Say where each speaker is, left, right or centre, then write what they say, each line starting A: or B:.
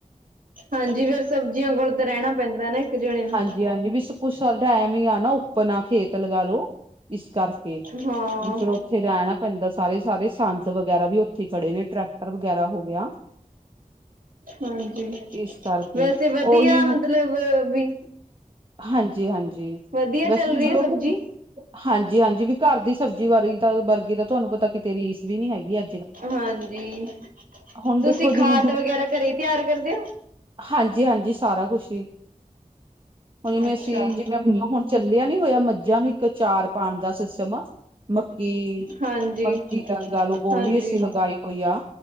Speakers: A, on the right (about 80°); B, on the right (about 40°).
A: ਹਾਂਜੀ ਫੇਰ ਸਬਜ਼ੀਆਂ ਕੋਲ ਤਾਂ ਰਹਿਣਾ ਪੈਂਦਾ ਨਾ ਇੱਕ ਜਣੇ ਨੂੰ
B: ਜੀ ਹਾਂਜੀ ਵੀ ਸਬ ਕੁਛ ਸਾਡਾ ਐਵੇ ਹੀ ਆ ਨਾ ਉੱਪਨ ਆ, ਖੇਤ ਲਗਾਾਲੋ ਇਸ ਕਰਕੇ,
A: ਹਾਂ
B: ਵੀ ਫੇਰ ਉੱਥੇ ਰਹਿਣਾ ਪੈਂਦਾ ਸਾਰੇ-ਸਾਰੇ ਸੰਦ ਵਗੈਰਾ ਵੀ ਉੱਥੇ ਖੜੇ ਨੇ, ਟਰੈਕਟਰ ਵਗੈਰਾ ਹੋ ਗਿਆ
A: ਹਾਂਜੀ,
B: ਇਸ ਕਰਕੇ
A: ਵੈਸੇ ਵਧੀਆ
B: ਉਹੀ ਹੁਣ
A: ਮਤਲਬ ਔਵੀ
B: ਹਾਂਜੀ-ਹਾਂਜੀ,
A: ਵਧੀਆ
B: ਵੈਸੇ
A: ਚੱਲ
B: ਵੀ
A: ਰਹੀ
B: ਚਲੋ
A: ਹੈ ਸਬਜ਼ੀ
B: ਹਾਂਜੀ-ਹਾਂਜੀ ਵੀ ਘਰ ਦੀ ਸਬਜ਼ੀ ਵਰਗੀ ਤਾਂ ਵਰਗੀ ਦਾ ਤੁਹਾਨੂੰ ਪਤਾ ਕਿਤੇ ਰੀਸ ਵੀ ਨੀ ਹੈਗੀ। ਅ
A: ਹਾਂਜੀ,
B: ਹੁਣ
A: ਤੁਸੀਂ
B: ਦੇਖੋ ਜਿਵੇਂ
A: ਖਾਦ ਵਗੈਰਾ ਘਰੇ ਤਿਆਰ ਕਰਦੇ ਹੋ
B: ਹਾਂਜੀ-ਹਾਂਜੀ ਸਾਰਾ ਕੁਛ ਹੀ ਹੁਣ ਜਿਵੇਂ
A: ਅੱਛਾ
B: ਅਸੀਂ ਜਿਵੇਂ ਹੁਣ ਚੱਲਿਆ ਨੀ ਹੋਇਆ, ਮੱਝਾਂ ਨੂੰ ਇੱਕ ਅਚਾਰ ਪਾਉਣ ਦਾ ਸਿਸਟਮ ਮੱਕੀ,
A: ਹਾਂਜੀ
B: ਮੱਕੀ ਦਾ ਲਗਾ ਲਓ ਉਹ
A: ਹਾਂਜੀ
B: ਵੀ ਅਸੀਂ ਲਗਾਈ ਹੋਈ ਆ